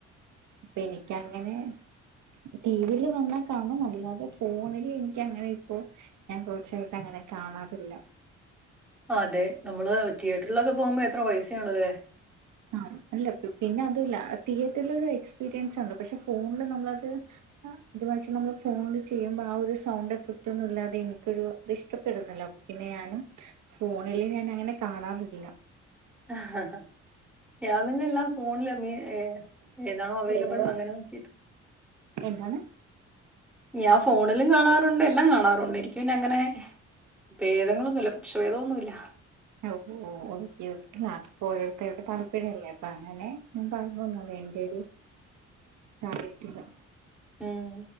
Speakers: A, on the right (about 75°); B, in the centre.
A: ഇപ്പെ എനിക്ക് അങ്ങനെ. ട്ടീവില് <unintelligible> ന്നാ കാണും അല്ലാതെ ഫോണില്. ക്ക്‌ അങ്ങനെ ഇപ്പോ. ഞാൻ കൊറച്ചായിട്ട് അങ്ങനെ കാണാതില്ല.
B: ആതെ. നമ്മള് തിയേറ്ററിലൊക്കെ പോകുമ്പോ എത്ര പൈസ ആവ്ണ്ലെ.
A: ആ അല്ല. പിന്നെ അതല്ല തിയേറ്ററില ഒരു എക്സ്പീരിയൻസാണല്ലൊ. പക്ഷെ ഫോണില് നമ്മളത്. ആഹ് ഇത് വെച്ച് നമ്മള് ഫോണില് ചെയ്യുമ്പോ ആ ഒരു സൗണ്ട് എഫക്ട് ഒന്നും ഇല്ലാതെ എനിക്കൊരു ഇത് ഇഷ്ടപ്പെടുന്നില്ല. പിന്നെ ഞാനും. ഫോണില് ഞാൻ അങ്ങനെ കാണാറില്ല.
B: ആഹ് ഹ ഹ. ഞാമിന്നെ എല്ലാം ഫോണില് മീ ഏ ഏതാണോ അവൈലബിൾ
A: ഏതാ
B: അങ്ങനെ നോക്കിട്ട്.
A: എന്താണ്?
B: ഞാൻ ഫോണിലും കാണാറുണ്ട്. എല്ലം കാണാറുണ്ട്. എനിക്ക് പിന്നെ അങ്ങനെ. പേദങ്ങളൊന്നുല്ല പക്ഷഭേദമൊന്നു ഇല്ല.
A: ഒ ഓ ഒക്കെ <unintelligible> അത്പ്പോ ഓരോരുത്തരുടെ താല്പര്യംല്ലെ. അപ്പ അങ്ങനെ. ഞാൻ <unintelligible> എന്റെ ഒരു കാര്യത്തില്.
B: ഉം.